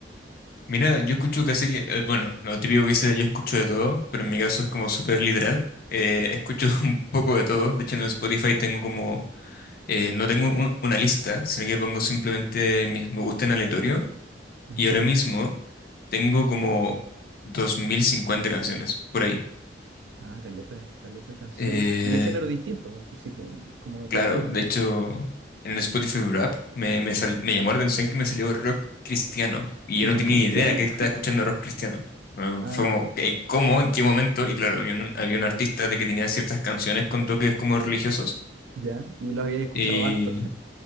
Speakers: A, on the left; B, on the right.
A: Mira, yo escucho casi que, eh, bueno, lo típico que dice, yo escucho de todo, pero en mi caso es como súper literal. Eh, escucho <laughs> un poco de todo. De hecho, en Spotify tengo como, eh, no tengo un- una lista, sino que pongo simplemente mis me gusta en aleatorio.
B: Ujú.
A: Y ahora mismo tengo como 2050 canciones por ahí.
B: Ah, caleta, caleta de canciones.
A: Eh,
B: Y de género distinto, sí, co- como de
A: Claro,
B: cualquier
A: de hecho, en el Spotify Wrap me, me, sal- me llamó la atención que me salió rock cristiano y
B: <laughs>
A: yo
B: rock
A: no tenía
B: cristiano.
A: idea que estaba escuchando rock cristiano. Eh,
B: Ah,
A: Fue como, ¿qué- ¿cómo? ¿En qué momento? Y claro, había un, había un artista de que tenía ciertas canciones con toques como religiosos
B: ya, y lo había escuchado
A: y
B: harto.